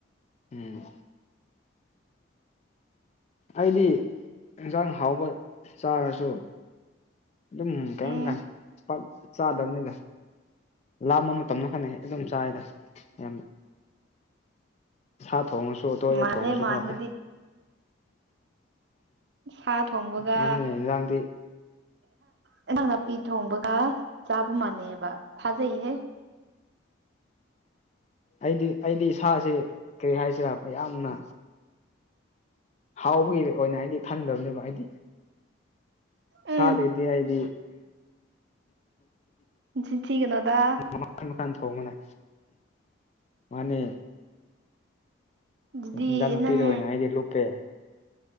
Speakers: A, on the left (about 35°); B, on the right (about 60°).
A: ꯎꯝ ꯑꯩꯗꯤ ꯏꯟꯁꯥꯡ ꯍꯥꯎꯕ ꯆꯥꯔꯁꯨ ꯑꯗꯨ ꯀꯗ
B: ꯎꯝ
A: ꯆꯥꯗꯕꯅꯤꯗ ꯂꯥꯝꯕ ꯃꯇꯝꯅ ꯐꯅꯩ ꯍꯦꯛ ꯑꯗꯨꯝ ꯆꯥꯏꯗ ꯑꯌꯥꯝꯕ ꯁꯥ ꯊꯣꯡꯉꯁꯨ ꯑꯇꯣꯏꯗ
B: ꯃꯥꯜꯂꯦ
A: ꯊꯣꯡꯉꯁꯨ
B: ꯃꯥꯟꯕꯗꯤ
A: ꯀꯧꯥꯏ
B: ꯁꯥ ꯊꯣꯡꯕꯒ
A: ꯃꯥꯅꯦ ꯏꯟꯖꯥꯡꯗꯤ
B: ꯅꯟꯁꯥꯡ ꯅꯥꯄꯤ ꯊꯣꯡꯕꯒ ꯆꯥꯕ ꯃꯥꯟꯅꯩꯕ ꯊꯥꯖꯩꯍꯦ
A: ꯑꯩꯗꯤ ꯑꯩꯗꯤ ꯏꯁꯁꯤ ꯀꯔꯤ ꯍꯥꯏꯁꯤꯔ ꯌꯥꯝꯅ ꯍꯥꯎꯕꯒꯤ ꯑꯣꯏꯅ ꯑꯩꯗꯤ ꯈꯟꯗꯕꯅꯦꯕ ꯑꯩꯗꯤ
B: ꯎꯝ
A: ꯁꯥꯥ ꯇꯗꯤꯗꯤ
B: ꯅꯆꯤꯟ ꯊꯤꯒꯅꯣꯗ
A: ꯃꯥꯟ ꯃꯀꯥꯟ ꯊꯣꯡꯕꯅ ꯃꯅꯦ
B: ꯑꯗꯨꯗꯤ
A: ꯏꯟꯖꯥ ꯅꯨꯄꯤꯗ
B: ꯅꯪ
A: ꯑꯣꯏꯅ ꯑꯩꯗꯤ ꯂꯨꯞꯄꯦ